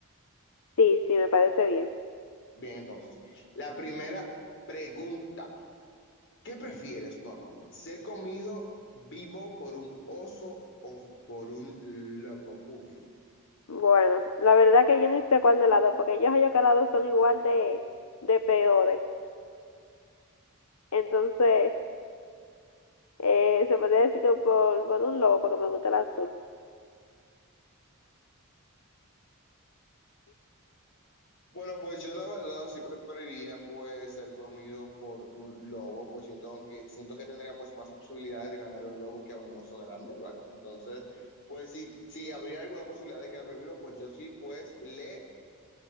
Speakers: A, on the left (about 85°); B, on the left (about 60°).
A: Sí, sí, me parece bien.
B: Bien, entonces. La primera pregunta. ¿Qué prefieres, Norma? ¿Ser comido vivo por un oso o por un lobo? Uf.
A: Bueno, la verdad que yo ni sé cuál de las dos, porque yo sé que las dos son igual de, de peores. Entonces, eh, se podría decir que por, por un lobo, porque me gusta el azul.
B: Bueno, pues yo la verdad sí preferiría pues ser comido por un lobo, pues yo tengo que, siento que tendría pues más posibilidades de ganar un lobo que a un oso grande, ¿va? Entonces, pues si, si habría alguna posibilidad de quedarme vivo, pues yo sí pues le